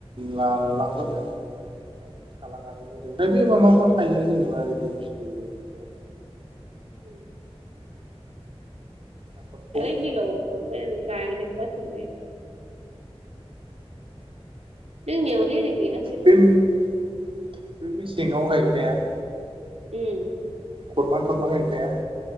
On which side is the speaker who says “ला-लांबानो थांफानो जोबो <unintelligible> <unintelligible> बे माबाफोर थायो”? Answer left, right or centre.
Right